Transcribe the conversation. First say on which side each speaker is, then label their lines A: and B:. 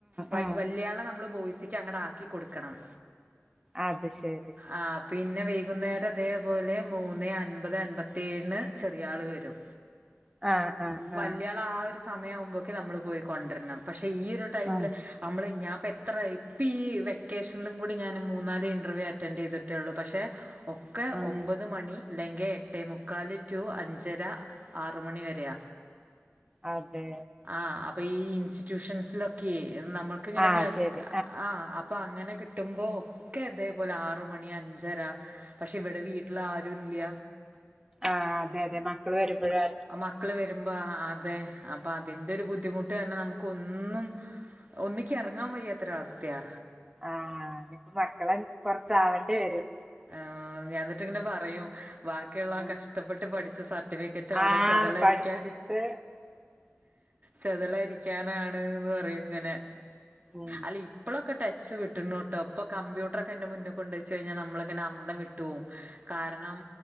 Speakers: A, on the right; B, on the right.
A: വ
B: ഉം
A: വല്യാളെ നമ്മള് ബോയ്സിക്ക് അങ്ങട ആക്കികൊടുക്കണം
B: അത് ശരി
A: ആഹ് പിന്നെ വൈകുന്നേരം അതേപോലെ മൂന്ന് അൻപത് അൻപത്തിേഏഴിന് ചെറിയാൾ വരും
B: <inaudible> ആ
A: വല്യാളെ
B: ആ
A: ആഹ് ഒരു സമയം ആവുമ്പോക്കെ നമ്മള് പോയി കൊണ്ടുവരണം പക്ഷെ ഈ ഒരു ടൈമിൽ
B: ഉം
A: അമ്മള് ഞാൻ പ്പോ എത്ര പ്പീ വെക്കേഷനിലും കൂടി ഞാൻ മൂന്നാല് ഇന്റർവ്യൂ അറ്റൻഡ് ചെയ്തിട്ടേ ഉള്ളൂ പക്ഷേ ഒക്കെ
B: ആഹ്
A: ഒമ്പത് മണി അല്ലെങ്കിൽ എട്ടേ മുക്കാൽ ടു അഞ്ചര ആറ് മണി വരെയ
B: അതെ
A: ആഹ് അപ്പൊ ഈ ഇൻസ്റ്റിറ്റ്യൂഷൻസിലൊക്കെ നമ്മൾക്ക് ഇങ്ങനെക്കെ
B: ആഹ് ശരി
A: ആഹ് അപ്പ അങ്ങനെ കിട്ടുമ്പോൾ ഒക്കെ അതേപോലെ ആറ് മണി അഞ്ചര പക്ഷെ ഇവിടെ വീട്ടിൽ ആരും ഇല്ല
B: ആഹ് അതെ അതെ <unintelligible> മക്കൾ വരുമ്പോഴ
A: മക്കള് വരുമ്പോ അതെ അപ്പൊ അതിന്റെ ഒരു ബുദ്ധിമുട്ട് ട്ട് പറഞ്ഞാൽ നമുക്ക് ഒന്നും ഒന്നിക്ക ഇറങ്ങാൻ വയ്യാത്തൊരവസ്ഥയാ
B: ആഹ് ഞ്ഞിപ്പോ മക്കളെ കൊറച്ചാവേണ്ടി വരും
A: ആഹ് ഞാൻ എന്നിട്ട്ങ്ങനെ പറയും ബാക്കിയുള്ളവൻ
B: ഉം
A: കഷ്ടപ്പെട്ട് പഠിച്ച സർട്ടിഫിക്കറ്റ് അവിടെ
B: ആഹ്
A: ചേതലരിക്ക
B: പഠിച്ചിട്ട്
A: ചെതലരിക്കാനാണ്ന്ന് പറയും ഇങ്ങനെ
B: ഉം
A: അല്ല ഇപ്പോഴൊക്കെ ടച്ച് വിട്ടീൻ ട്ടോ ഇപ്പൊ കമ്പ്യൂട്ടർക്കെ എന്റെ മുന്നിൽ കൊണ്ട് വെച്ച് കഴിഞ്ഞാൽ നമ്മളങ്ങനെ അന്തം വിട്ടു പോവും കാരണം